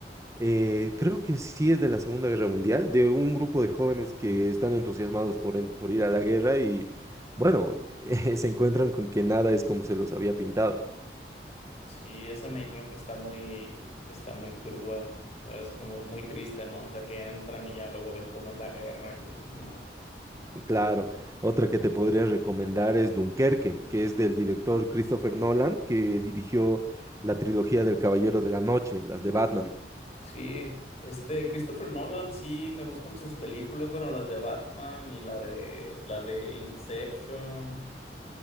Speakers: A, on the right; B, on the left.
A: Eh, creo que sí es de la Segunda Guerra Mundial, de un grupo de jóvenes que están entusiasmados por, en- por ir a la guerra y, bueno, <laughs> eh, se encuentran con que nada es como se los había pintado.
B: Sí, esa me dijeron que está muy, está muy cruda, o sea, es como muy triste, ¿no? O sea, que entran y ya luego ven cómo es la guerra y dicen, no.
A: Claro, otra que te podría recomendar es Dunkerque, que es del director Christopher Nolan, que dirigió la trilogía del Caballero de la Noche, las de Batman,
B: Sí, este, Christopher Nolan, sí, me gustan sus películas, bueno, las de Batman y la de, la de Inception.